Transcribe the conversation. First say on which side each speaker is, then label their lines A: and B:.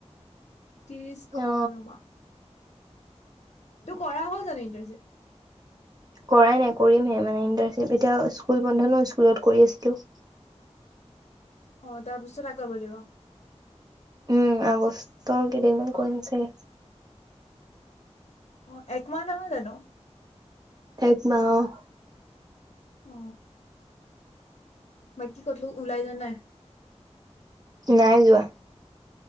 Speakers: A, on the left (about 70°); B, on the right (about 35°).
A: ত্ৰিশখন
B: অ
A: ৱা! তোৰ কৰা হ'ল জানো ইণ্টাৰনশ্বিপ।
B: কৰাই নাই কৰিমহে মানে ইণ্টাৰশ্বিপ এতিয়া স্কুল বন্ধ ন স্কুলত কৰি আছিলো।
A: অ তাৰ পিছত আকৌ কৰিব লাগিব।
B: উম, আগষ্ট কেইদিনমান কৰিমছে।
A: অ, একমাহ নহয় জানো?
B: একমাহ অহ।
A: অ। মই কি ক'তলো ওলাই যোৱা নাই?
B: নাই যোৱা।